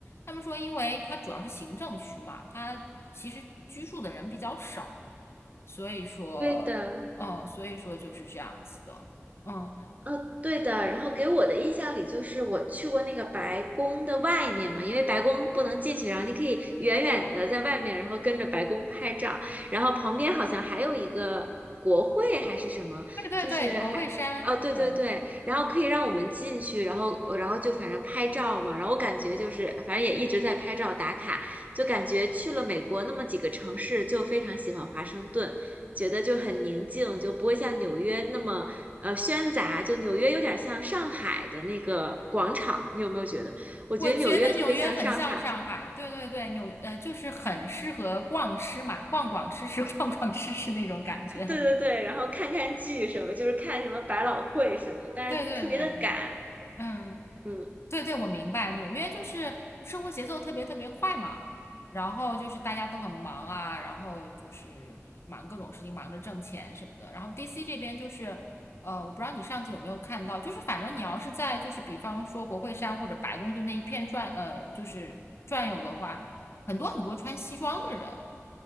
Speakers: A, on the left; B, on the right.
A: 他们说，因为它主要是行政区嘛，它其实居住的人比较少，所以说，
B: 对的。
A: 嗯，所以说就是这样子的，嗯，
B: 呃，对的，然后给我的印象里就是我去过那个白宫的外面嘛，因为白宫不能进去，然后你可以远远的在外面，然后跟着白宫拍照，然后旁边好像还有一个国会还是什么，
A: 对对对，
B: 就是还，
A: 国会山，
B: 哦，对对对，
A: 对，
B: 然后可以让我们进去，然后然后就反正拍照嘛，然后我感觉就是反正也一直在拍照打卡，就感觉去了美国那么几个城市，就非常喜欢华盛顿。觉得就很宁静，就不会像纽约那么呃喧杂，就纽约有点像上海的那个广场，你有没有觉得？我觉得纽约特别像上海，
A: 我觉得纽约很像上海，对对对，纽，呃，就是很适合逛吃嘛，逛逛吃吃，<laughs> 逛逛吃吃那种感觉，
B: <laughs> 对对对，然后看看剧什么，就是看什么百老汇什么，但是特别的赶，
A: 对对对对，嗯。
B: 嗯
A: 对对，我明白，纽约就是生活节奏特别特别快嘛，然后就是大家都很忙啊，然后就是忙各种事情，忙着挣钱什么的。然后 DC 这边就是，呃，我不知道你上次有没有看到，就是反正你要是在就是比方说国会山或者白宫就那一片转，呃，就是转悠的话，很多很多穿西装的人。